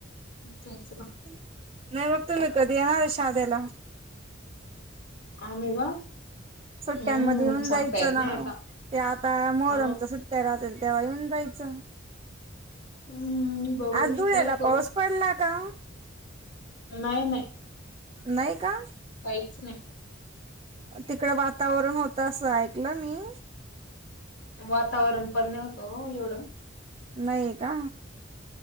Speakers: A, on the left (about 90°); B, on the right (about 30°).
A: जायचं का
B: नाही मग तुम्ही कधी येणार शाध्याला
A: आम्ही का
B: सुट्ट्यामध्ये
A: हम्म
B: येऊन
A: सांगता
B: जायचं
A: येत
B: ना
A: नाही आता
B: ते आता मोहरमच्या
A: अ
B: सुट्ट्या राहत्याल तेव्हा येऊन बाई चां
A: हम्म बघू
B: आज
A: विचार
B: धुळ्याला
A: करू
B: पाऊस पडला का
A: नाही नाही
B: नाही का
A: काहीच नाही
B: तिकड वातावरण होतं असं ऐकलं मी
A: वातावरण पण नव्हत एवढं
B: नाही का